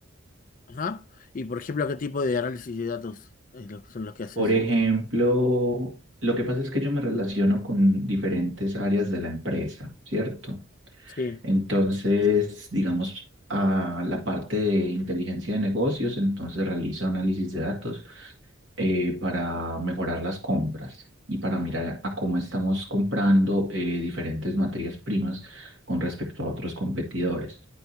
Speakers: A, on the left; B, on the right.
A: Ajá. Y por ejemplo, ¿qué tipo de análisis de datos es lo- son los que haces?
B: Por ejemplo, lo que pasa es que yo me relaciono con diferentes áreas de la empresa, ¿cierto?
A: Sí,
B: Entonces, digamos, a la parte de inteligencia de negocios, entonces realizo análisis de datos eh, para mejorar las compras y para mirar a cómo estamos comprando eh, diferentes materias primas con respecto a otros competidores.